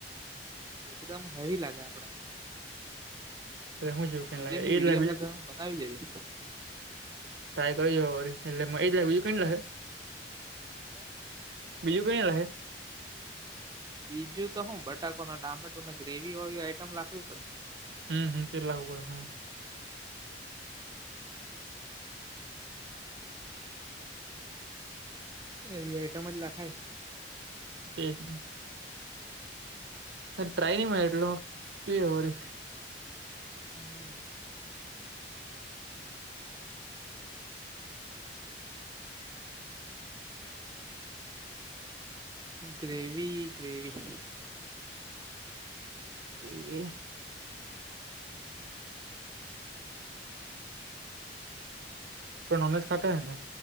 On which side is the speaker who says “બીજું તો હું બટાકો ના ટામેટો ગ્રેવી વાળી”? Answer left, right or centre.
Right